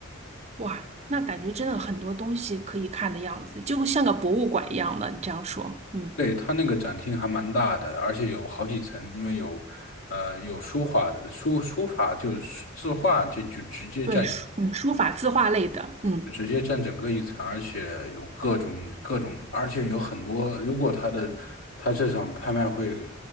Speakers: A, on the right; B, on the left.
A: 哇，那感觉真的很多东西可以看的样子，就像个博物馆一样的。你这样说，嗯，
B: 对，它那个展厅还蛮大的，而且有好几层，因为有，呃，有书画的书书法就是字画，这就直接占。
A: 对，书嗯，书法、字画类的，嗯。
B: 直接占整个一层，而且有各种各种，而且有很多。如果他的他这场拍卖会，